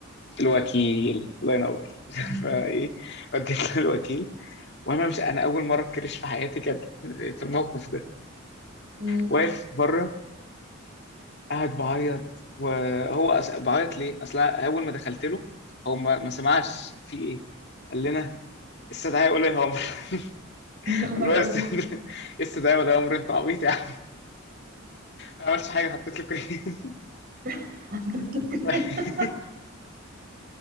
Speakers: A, on the left (about 55°); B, on the right (about 45°).
A: الوكيل الله ينور <laughs>
B: أمم.
A: فايه وديت للوكيل وانا مش انا اول مره اتكرش في حياتي كان في الموقف ده
B: أمم.
A: واقف بره قاعد بعيط وهو أس- بعيط ليه؟ اصل أنا اول ما دخلت له هو ما, ما سمعش في ايه؟ قال لنا استدعاء ولي امر <laughs>
B: <laughs> يا نهار
A: قال له "است-
B: ابيض
A: استدعاء استدعاء ولي امر انت عبيط يا عم أنا ما عملتش حاجه حطيت له كريم
B: <laughs>
A: <laughs>